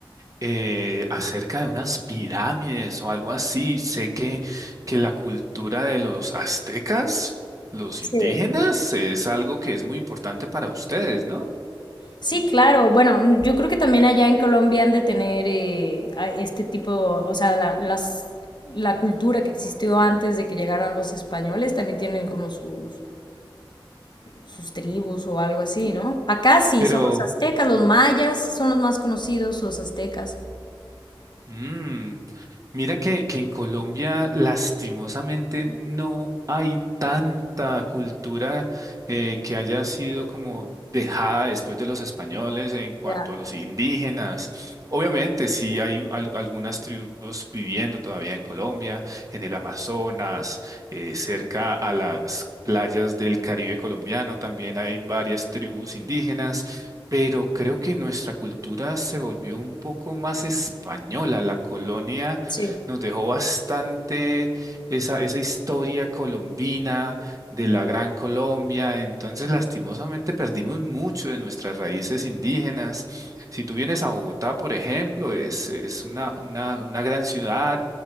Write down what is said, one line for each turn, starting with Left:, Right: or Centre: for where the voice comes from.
Right: eh, acerca de unas pirámides o algo así. Sé que, que la cultura de los aztecas, los
Left: Sí,
Right: indígenas, es algo que es muy importante para ustedes, ¿no?
Left: Sí, claro. Bueno, yo creo que también allá en Colombia han de tener eh, a- este tipo, o sea, la, las, la cultura que existió antes de que llegaran los españoles, también tienen como sus, sus tribus o algo así, ¿no? Acá sí,
Right: Pero
Left: son los aztecas, los mayas son los más conocidos, los aztecas.
Right: Mm, mira que, que en Colombia lastimosamente no hay tanta cultura eh, que haya sido como dejada después de los españoles en cuanto
Left: Ya,
Right: a los indígenas. Obviamente sí hay al- algunas tribus viviendo todavía en Colombia, en el Amazonas, eh, cerca a las playas del Caribe colombiano también hay varias tribus indígenas pero creo que nuestra cultura se volvió un poco más española. La colonia
Left: sí.
Right: nos dejó bastante esa, esa historia colombina de la Gran Colombia. Entonces, lastimosamente, perdimos mucho de nuestras raíces indígenas. Si tú vienes a Bogotá, por ejemplo, es, es una, una, una gran ciudad